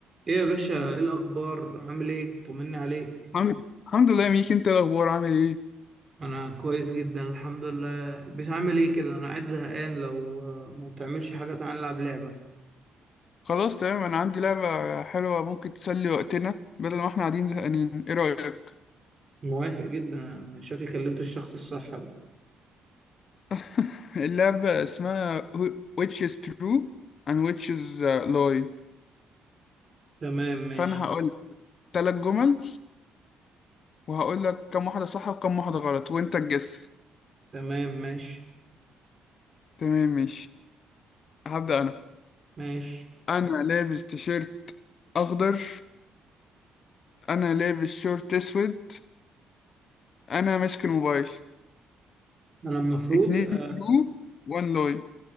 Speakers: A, on the right; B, on the left.
A: ايه يا باشا ايه الاخبار عامل ايه طمني عليك
B: الحمد الحمد لله ميك انت إيه الاخبار عامل ايه
A: انا كويس جدا الحمد لله بتعمل ايه كده انا قاعد زهقان لو آه، ما بتعملش حاجه تعالى نلعب لعبه
B: خلاص تمام انا عندي لعبة حلوة ممكن تسلي وقتنا بدل ما احنا قاعدين زهقانين ايه رأيك
A: موافق جدا شكلي كلمت الشخص الصح بقى
B: <laughs> اللعبة اسمها who- which is true and which is uh, lie
A: تمام ماشي
B: فانا هقول لك ثلاث جمل وهقول لك كم واحدة صح وكم واحدة غلط وانت تجس
A: تمام ماشي
B: تمام ماشي هبدأ انا
A: ماشي
B: انا لابس تيشيرت اخضر انا لابس شورت اسود انا ماسك الموبايل
A: انا المفروض
B: اتنين
A: اه
B: true one lie